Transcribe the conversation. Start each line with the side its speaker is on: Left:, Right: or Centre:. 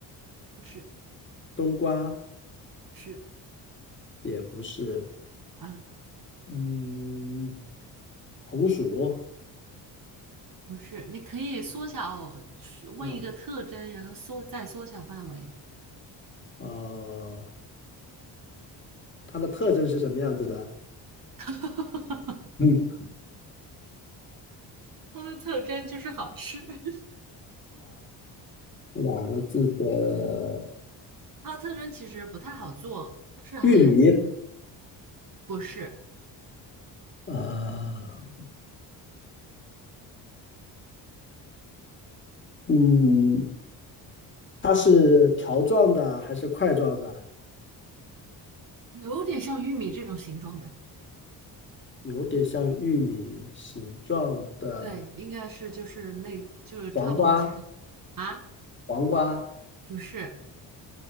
Right: 不是，
Left: 冬瓜
Right: 是
Left: 也不是，
Right: 啊，
Left: 嗯，红薯，
Right: 不是。你可以缩小，
Left: 嗯，
Right: 问一个特征，然后缩再缩小范围。
Left: 呃。它的特征是什么样子的？
Right: <laughs>
Left: 嗯，
Right: 它的特征就是好吃，<laughs>
Left: 两个字的，
Right: 它的特征其实不太好做，但是还嗯，
Left: 玉米，
Right: 不是，
Left: 呃，嗯，它是条状的还是块状的？
Right: 有点像玉米这种形状的。
Left: 有点像玉米形状的
Right: 对，应该是就是那就是差不多，
Left: 黄瓜，
Right: 其实啊，
Left: 黄瓜，
Right: 不是。